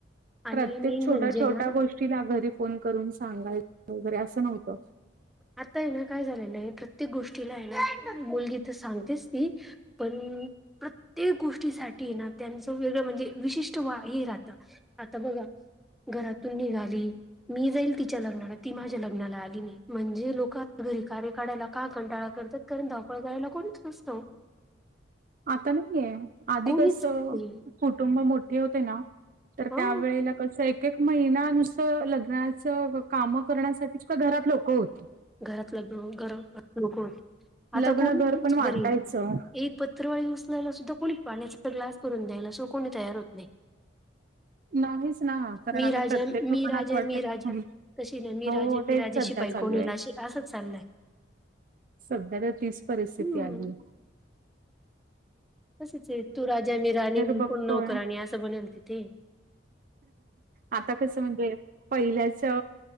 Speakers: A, in the centre; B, on the right.
A: आणि
B: प्रत्येक
A: मेन
B: छोट्या
A: म्हणजे
B: छोट्या
A: ना
B: गोष्टीला घरी फोन करून सांगायचं वगैरे असं नव्हतं
A: आता हे काय झालेलं, प्रत्येक गोष्टीला आहे ना मुलगी तर सांगतेच ती पण प्रत्येक गोष्टीसाठी ना त्यांचं वेगळं म्हणजे विशिष्ट वा हे राहतं आता बघा घरातून निघाली मी जाईल तिच्या लग्नाला, ती माझ्या लग्नाला आली नाही म्हणजे लोक आता घरी कार्य काढायला का कंटाळा करतात कारण धावपळ करायला कोणीच नसतं ओ <inaudible>
B: आता नाहीये, आधी
A: कोणीच
B: कस कुटुंब
A: नाही
B: मोठे होते ना तर
A: ह
B: त्यावेेळेला कसं एक एक एक महिना नुसतं लग्नाचं काम करण्यासाठीच घरात लोकं होती
A: घरातलं लग्न <unintelligible> लोक होती.
B: लग्न
A: आता कोणी
B: घर
A: कोणाच्या
B: पण वाटायचं.
A: घरी एक पत्रवाळी उचलायला सुद्धा कोणी पाण्याचा ग्लास भरून द्यायला सु कोणी तयार होत ही,
B: नाहीच ना कारण
A: मी
B: आता
A: राजा
B: प्रत्येक
A: मी
B: लोकांना
A: राजा
B: असं वाटतं
A: मी
B: की
A: राजा तशी नाही मी
B: हो
A: राजा
B: हो तेच
A: मी राजा
B: सध्या
A: शिपाई
B: चालू
A: कोण होईल
B: आहे.
A: अशी असंच चाललंय
B: सध्या तर तीच परिस्थिती
A: हम्म
B: आलीए
A: तसच आहे तू राजा मी राणी
B: बघतोय.
A: कोण नौकरणी असं बनेल तिथे
B: आता कस म्हणजे पहिल्याच